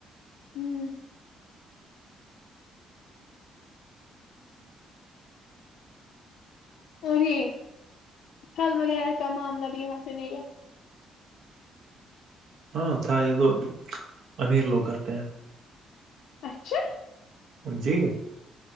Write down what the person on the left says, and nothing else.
ہھم اور یہ پھل وغیرہ کا معاملہ بھی یہاں سے نہیں ہے
اچھا